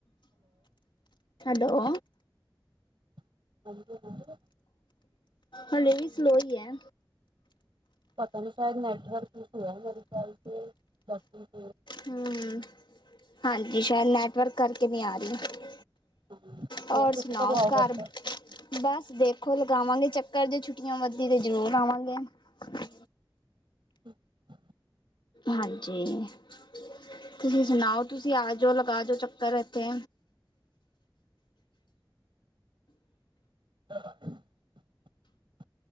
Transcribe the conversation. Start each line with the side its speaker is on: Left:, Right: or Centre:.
Left: ਹੈਲੋ।
Right: ਹਾਂਜੀ।
Left: ਹਾਲੇ ਵੀ ਸਲੋ ਈ ਐ।
Right: ਪਤਾ ਨੀ ਸ਼ਾਇਦ ਨੈਟਵਰਕ ਇਸ਼ੂ ਐ। ਮੇਰੇ ਕਰਕੇ <unintelligible>
Left: ਹੂੰ, ਹਾਂਜੀ ਸ਼ਾਇਦ ਨੈਟਵਰਕ ਕਰਕੇ ਨਹੀਂ ਆ ਰਹੀ।
Right: ਸੀ
Left: ਹੋਰ
Right: ਤੁਸੀਂ
Left: ਸੁਣਾਓ
Right: ਕਦੋਂ ਆਓਗੇ
Left: ਘਰ
Right: ਇੱਥੇ
Left: ਬਸ ਦੇਖੋ ਲਗਾਵਾਂਗੇ ਚ ਕਰਦੇ ਛੁੱਟੀਆਂ ਵੱਧਦੀ ਤੇ ਜ਼ਰੂਰ ਗਵਾਂ ਦੇ <unintelligible> ਹ
Right: ਹਮ
Left: ਹਾਂਜੀ ਕਿ ਤੁਸੀਂ ਸੁਣਾਓ ਤੁਸੀਂ ਆ ਜਾਓ ਲਗਾ ਜਾਓ ਚੱਕਰ ਇੱਥੇ
Right: <unintelligible>